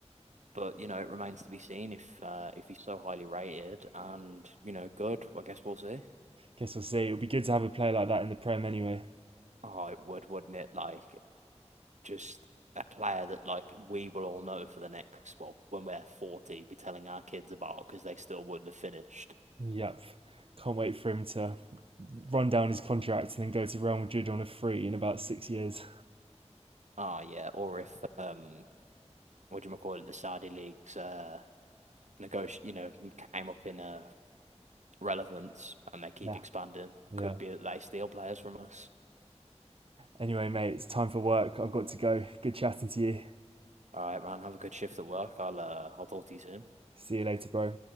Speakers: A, on the right; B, on the right.
A: But you know, it remains to be seen if uh, if he's so highly rated and you know good. I guess we'll see.
B: Guess we'll see. It'll be good to have a player like that in the Prem anyway.
A: Oh, it would, wouldn't it? Like just a player that like we will all know for the next well, when we're 40, be telling our kids about because they still wouldn't have finished.
B: Yep, can't wait for him to run down his contract and then go to Real Madrid on a free in about six years.
A: Ah, yeah. Or if um, what do you call it? The Saudi leagues uh negoti you know came up in uh relevance and they keep
B: Yeah,
A: expanding.
B: yeah.
A: Could be that they steal players from us.
B: Anyway, mate, it's time for work. I've got to go. Good chatting to you.
A: All right, man. Have a good shift at work. I'll uh, I'll talk to you soon.
B: See you later, bro.